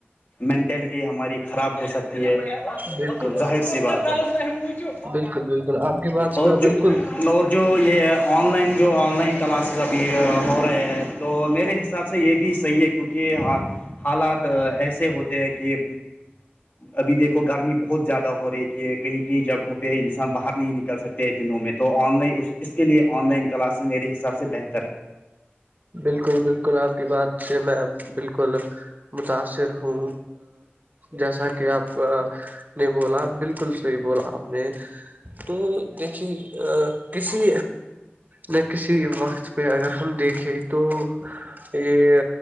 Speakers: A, on the left (about 50°); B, on the right (about 45°).
A: مینٹلٹی ہماری خراب ہو سکتی ہے
B: بالکل
A: ظاہر سی بات ہے
B: بالکل بالکل آپ کی بات سے
A: اور
B: بالکل
A: جو اور جو یہ ہے آن لائن جو آن لائن کلاسز ابھی ہو رہے ہیں تو میرے حساب سے یہ بھی صحیح ہے کیونکہ ہاں حالات ایسے ہوتے ہیں کہ
B: ج <inaudible>
A: ابھی دیکھو گرمی بہت زیادہ ہو رہی ہے ہے کہیں کہیں جگہوں پہ انسان باہر نہیں نکل سکتا ت دنوں میں تو آن لائن اس اس کے لیے آن لائن کلاسز میرے حساب سے بہتر ہے
B: بالکل بالکل آپ کی بات سے میں بالکل متاثر ہوں جیسا کہ آپ کا نے بولا بالکل صحیح بولا آپ نے تو دیکھی ا کسی نہ کسی وقت پہ اگر ہم دیکھیں تو یہ